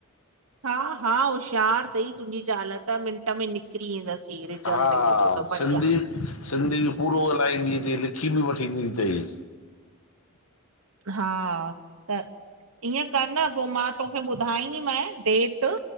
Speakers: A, on the right; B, on the left.
A: हा हा होशियार तई तुंहिंजी जाल त म- - मीनट में निकिरी ईेंदसि रिजल्ट
B: हा
A: हिनन जो त बढ़िया।
B: सिंधी सिंधी बि पूरो ॻाल्हाईंदी तई लिखी बि वठींदी तई।
A: हा त ईअं कर पोइ मां तोखे ॿुधाईंदीमांै डेट।